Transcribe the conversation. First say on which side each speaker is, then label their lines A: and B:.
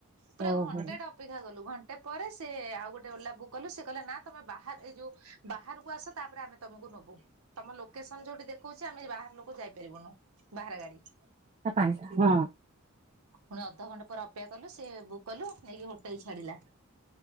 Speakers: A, on the right (about 80°); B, on the right (about 30°).
A: ପୁରା
B: ଓହୋ
A: ଘଣ୍ଟେଟା ଅପେକ୍ଷା କଲୁ ଘଣ୍ଟେ ପରେ ସେ ଆଉ ଗୋଟେ ଓଲା ବୁକ୍ କଲୁ ସେ କହିଲେ ନା ତମେ ବା ଏ ଯୋଉ ବାହାରକୁ ଆସ ତାପରେ ଆମେ ତମକୁ ନବୁ ତମ ଲୋକସନ ଯୋଉଠି ଦେଖଉଛି ଆମେ ବାହାର ଲୋକ ଯାଇପାରିବୁନୁ ବାହାର ଗାଡି।
B: ତା ପାଣିଟା ହଁ
A: ପୁଣି ଅଧଘଣ୍ଟା ପରେ ଅପେକ୍ଷା କଲୁ ସେ ବୁକ୍ କଲୁ ନେଇକି ହୋଟେଲ ଛାଡିଲା।